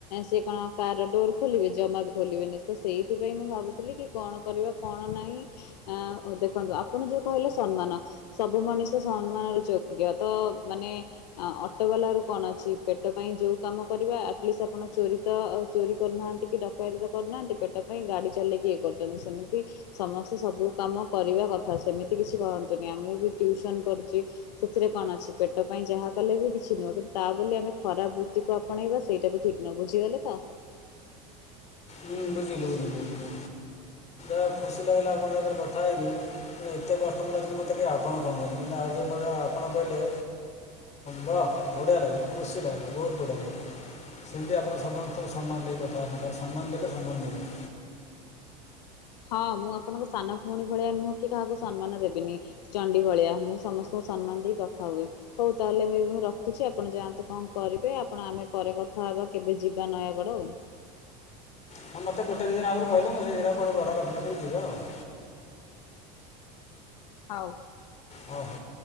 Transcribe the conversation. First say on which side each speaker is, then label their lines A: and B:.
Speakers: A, on the left (about 85°); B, on the left (about 35°).
A: ସେ କଣ କାର ଡୋର ଖୋଲିବେ ଜମା ବି ଖୋଲିବେନି ତ ସେଇଥିପାଇଁ ମୁଁ ଭାବି ଥିଲି କି କଣ କରିବା କଣ ନାହିଁ ଆ ଦେଖନ୍ତୁ ଆପଣ ଯୋଉ କହିଲେ ସମ୍ମାନ ସବୁ ମଣିଷ ସମ୍ମାନର ଯୋଗ୍ୟ ତ ମାନେ ଆ ଅଟୋ ବାଲା ରୁ କଣ ଅଛି ପେଟ ପାଇଁ ଯୋଉ କାମ କରିବା ଆଟଲିଷ୍ଟ ଆପଣ ଚୋରି ତ ଚୋରି କରୁନାହାନ୍ତି କି ଡକାୟତି ତ କରୁନାହାଁନ୍ତି ପେଟ ପାଇଁ ଗାଡ଼ି ଚଲେଇକି ଇଏ କରୁଛନ୍ତି ସେମିତି ସମସ୍ତେ ସବୁ କାମ କରିବା କଥା ସେମିତି କିଛି କରନ୍ତୁନି ଆ ମୁଁ ବି ଟଟିଉସନ କରୁଛି। ସେଥିରେ କଣ ଅଛି ପେଟ ପାଇଁ ଯାହା କଲେ ବି କିଛି ନୁହଁ କିନ୍ତୁ ତା ବୋଲି ଆମେ ଖରାପ ବୃତ୍ତିକୁ ଆପଣେଇବା ସେଇଟା ବି ଠିକ ନ ବୁଝିଗଲେ ତ।
B: ହୁଁ ବୁଝିଲ ବୁିଲ ବୁିଲ। ବହୁତ୍ ଖୁସି ଲାଗିଲା ଆପଣଙ୍କ ସାଙ୍ଗରେ କଥା ହେଇକି। ଏତେ କଷ୍ଟମର ଅଛନ୍ତି ମୋତେ କେହି ଆପଣ କହନ୍ତିନି କିନ୍ତୁ ଆଉ ଯୋଉ ଆପଣ କହିଲେ ବାଃ ଲାଗିଲା ଖୁସି ଲାଗିଲା ବହୁତ ବଢିଆ ଲାଗିଲା। ସେମିତି ଆପଣ ସମସ୍ତଙ୍କୁ ସମ୍ମାନ ଦେଇ କଥାବାର୍ତ୍ତା କର ସମ୍ମାନ ଦେଲେ ସମ୍ମାନ ମିଳିବ।
A: ହଁ ମୁଁ ଆପଣଙ୍କ ସାନ ଭଉଣୀ ଭଳିଆ ନୁହଁ କି କାହାକୁ ସମ୍ମାନ ଦେବିନି। ଚଣ୍ଡି ଭଳିଆ ମୁଁ ସମସ୍ତଙ୍କୁ ସମ୍ମାନ ଦେଇ କଥା ହୁଏ। ହଉ ତାହେଲେ ଏବେ ମୁଁ ରଖୁଛି ଆପଣ ଯାଆନ୍ତୁ କଣ କରିବେ ଆପଣ ଆମେ ପରେ କଥା ହେବା କେବେ ଯିବା ନୟାଗଡ଼ ଆଉ।
B: ହଁ ମତେ ଗୋଟେ ଦି ଦିନ ଆଗରୁ କହିଲେ ମୁଁ ସେଇରା କୁଆଡେ ଭଡା ରଖି ନଥିବି ଯିବା ଆଉ।
A: ହଉ।
B: ହଁ ହଁ।